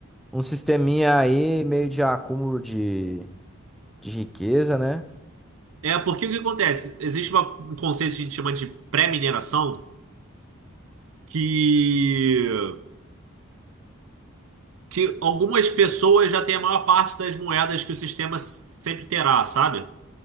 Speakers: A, in the centre; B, on the right (about 70°).
A: um sisteminha aí meio de acúmulo de, de riqueza, né?
B: É porque o que acontece? Existe uma- um conceito que a gente chama de pré-mineração, que que algumas pessoas já têm a maior parte das moedas que o sistema sempre terá, sabe?